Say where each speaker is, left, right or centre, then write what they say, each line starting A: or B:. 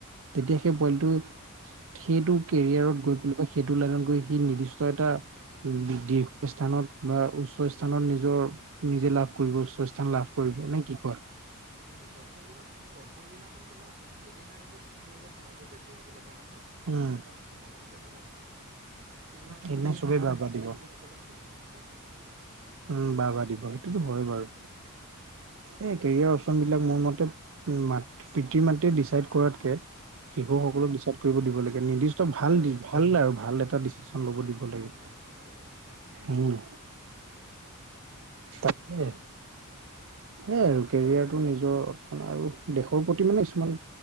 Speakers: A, on the right (about 65°); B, on the right (about 40°).
A: তেতিয়া সেই পোৱলীটো সেইটো কেৰিয়াৰত
B: উম
A: গৈ পেলাই সেইটো লাইনত গৈ সি নিৰ্দিষ্ট এটা দীৰ্ঘ স্থানত বা উচ্চ স্থানত নিজৰ নিজে লাভ কৰিব উচ্চ স স্থান লাভ কৰিব
B: উম
A: নে কি কয়
B: উম প্ৰথম দিনত প্ৰথম দিনাখন তোমাৰ এদিন হাঁহিব দুদিন সেয়াই আহিব সমাজৰ ব্যক্তিসকলে তোমাৰ কৰ্মত কিন্তু
A: উম
B: যিদিনাখন তুমি সফলতা লাভ কৰিবা সেইদিনাখন
A: সেইদিনা
B: সেই
A: চবেই
B: হাঁহা
A: বাহ বাহ দিব
B: ব্যক্তিসকলৰ মুখখন মুখ বন্ধ হৈ যাব
A: উম বাহ বাহ দিব সেইটোতো
B: উম
A: হয় বাৰু
B: উম
A: এই কেৰিয়াৰ অপচন বিলাক মোৰ মতে মাত পিতৃ মাতৃয়ে ডিচাইড কৰাতকে শিশুসকলক
B: উম
A: ডিচাইড কৰিব দিব লাগে নিৰ্দিষ্ট
B: সেইটো
A: ভাল
B: হয়
A: দি
B: বাৰু
A: ভাল আৰু ভাল এটা দি লব দিব লাগে
B: উম সেইটো হয় বাৰু
A: উম তাকে সেইয়াই আৰু কেৰিয়াৰটো নিজৰ মানে আৰু দেশৰ প্ৰতি মানে কিছুমান